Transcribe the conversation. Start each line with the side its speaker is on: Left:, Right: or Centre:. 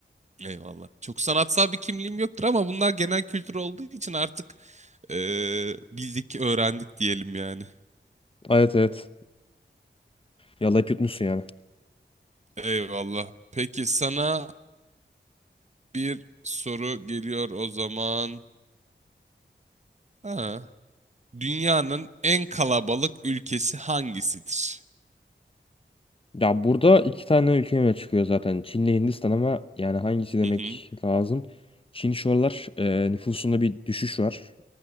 Right: Eyvallah. Çok sanatsal bir kimliğim yoktur ama bunlar genel kültür olduğu için artık eee, bildik, öğrendik diyelim yani.
Left: Evet evet. Yalayıp yutmuşsun yani.
Right: Eyvallah. Peki sana bir soru geliyor o zaman. Ha. Dünyanın en kalabalık ülkesi hangisidir?
Left: Ya burada iki tane ülke öne çıkıyor zaten. Çin'le Hindistan ama yani hangisi demek
Right: Hı hı.
Left: lazım? Çin şu aralar e, nüfusunda bir düşüş var.